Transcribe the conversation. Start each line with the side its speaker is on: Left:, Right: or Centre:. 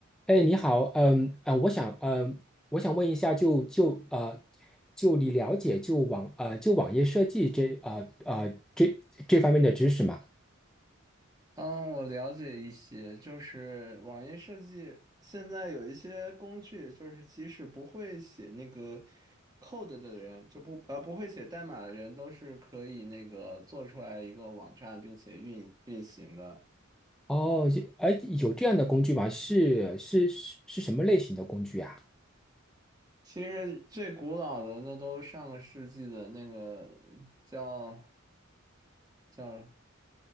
Centre: 哎，你好，嗯，啊、我想，嗯、我想问一下就，就呃，就你了解就网呃就网页设计这啊啊，这这方面的知识吗？
Right: 嗯，我了解一些，就是网页设计现在有一些工具，就是即使不会写那个 code 的人，就不呃不会写代码的人，都是可以那个做出来一个网站并且运运行的。
Centre: 哦，有哎，有这样的工具吗？是是是是什么类型的工具啊
Right: 其实最古老的那都上个世纪的那个叫叫